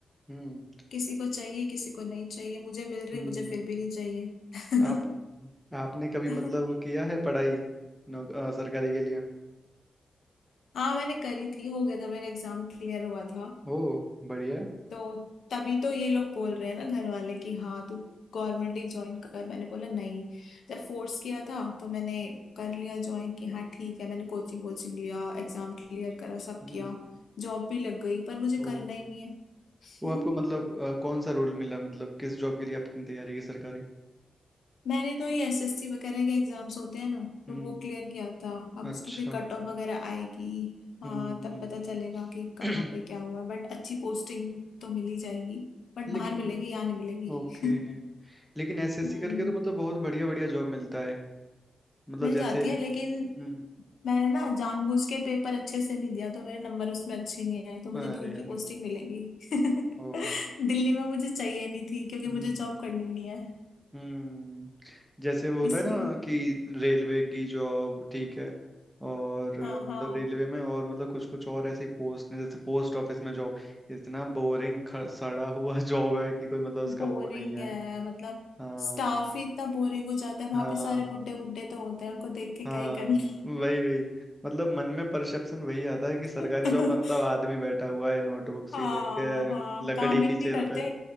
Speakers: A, in the centre; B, on the left (about 80°).
A: हम्म
B: किसी को चाहिए किसी को नहीं चाहिए मुझे मिल रही
A: हम्म
B: मुझे फिर भी नहीं चाहिए
A: आप आपने कभी
B: <laughs>
A: मतलब किया है पढ़ाई नौ, अ, सरकारी के लिए
B: हाँ मैंने करी थी हो गया था मेरा एग्जाम क्लियर हुआ था
A: ओ बढ़िया है।
B: तो तभी तो ये लोग बोल रहे हैं ना घर वाले कि हाँ तू गवर्नमेंट ही ज्वाइन कर मैंने बोला नहीं जब फोर्स किया था तो मैंने कर लिया ज्वाइन कि हाँ ठीक है मैंने कोचिंग कोचिंग लिया एग्जाम क्लियर करा सब
A: हम्म
B: किया जॉब भी लग गई पर मुझे
A: ओ
B: करना ही नहीं है
A: वो आपको मतलब
B: <laughs>
A: अ, कौन सा रोल मिला मतलब किस जॉब के लिए आपने तैयारी की सरकारी
B: मैंने तो ये एसएससी वगैरह के एग्जाम्स होते हैं ना तो
A: हम्म
B: वो क्लियर किया था अब
A: अच्छा
B: उसकी फिर कट ऑफ वगैरह आएगी हाँ
A: हम्म
B: तब पता चलेगा कि कहाँ
A: <clears throat>
B: पे क्या हुआ बट अच्छी पोस्टिंग तो मिल ही जाएगी बट
A: लेकिन
B: बाहर मिलेगी यहाँ नहीं मिलेगी
A: ओके
B: <laughs>
A: लेकिन एसएससी
B: हम्म
A: करके तो मतलब बहुत बढ़िया बढ़िया जॉब मिलता है मतलब
B: मिल
A: जैसे
B: जाती है लेकिन
A: हम्म
B: मैंने ना जानबूझ के पेपर अच्छे से नहीं दिया तो मेरे नंबर उसमें अच्छे नहीं आए तो मुझे
A: अरे
B: दूर
A: यार
B: की पोस्टिंग मिलेगी <laughs>
A: ओ
B: दिल्ली में मुझे चाहिए नहीं थी क्योंकि
A: हम्म
B: मुझे जॉब करनी नहीं है
A: हम्म जैसे वो होता
B: इसलिए
A: है ना कि रेलवे की जॉब ठीक है और
B: हाँ हाँ
A: अ, रेलवे में और मतलब कुछ कुछ और ऐसी पोस्ट ने जैसे पोस्ट ऑफिस में जॉब इतना बोरिंग सड़ा हुआ <laughs> जॉब है कि कोई मतलब उसका
B: बोरिंग
A: वो नहीं है
B: है मतलब
A: हाँ
B: स्टाफ ही इतना बोरिंग हो जाता है वहां
A: हाँ
B: पे सारे बुड्ढे बुड्ढे तो होते हैं उनको देख के
A: हाँ
B: क्या ही करना
A: वही वही मतलब मन में परसेप्शन वही आता है
B: <laughs>
A: कि सरकारी जॉब मतलब आदमी बैठा हुआ है नोटबुक सी
B: हाँ
A: लेके
B: हाँ
A: लकड़ी
B: काम ही
A: की
B: नहीं
A: चेयर
B: करते
A: पे